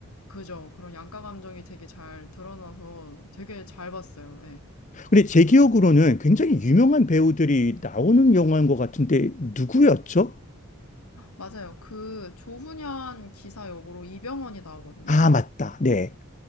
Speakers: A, on the left; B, on the left.
A: 그죠? 그런 양가 감정이 되게 잘 드러나서 되게 잘 봤어요. 예.
B: 근데 제 기억으로는 굉장히 유명한 배우들이 나오는 영화인 것 같은데, 누구였죠?
A: 맞아요. 그 조훈현 기사 역으로 이병헌이 나오거든요?
B: 아, 맞다. 네.